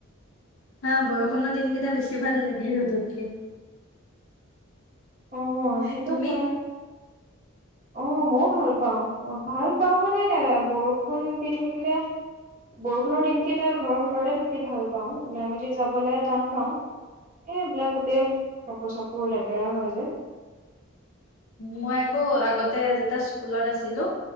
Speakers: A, on the left; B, on the right.
A: হা বৰষুণৰ দিনকেইটা বেছি ভাল লাগে ৰ'দতকে
B: অ সেইটো
A: তুমি
B: হয় অ মও ভাল পাওঁ অ ভাল পাও মানে বৰষুণ দি থাকিলে বৰষুণৰ দিনকেইটাত ঘৰৰ ভিতৰতে থাকি ভাল পাওঁ ওলাই মেলি যাবলে টান পাওঁ এইবিলাকোতে কাপোৰ চাপোৰ লেতেৰা হয় যে
A: মই আকৌ আগতে যেতিয়া স্কুলত আছিলো